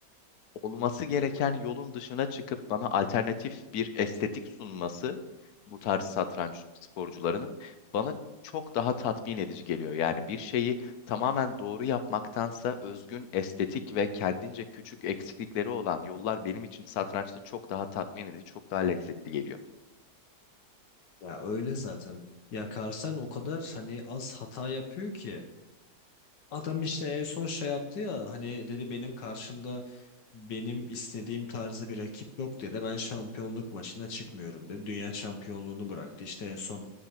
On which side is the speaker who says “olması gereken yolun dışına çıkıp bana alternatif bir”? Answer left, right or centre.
Left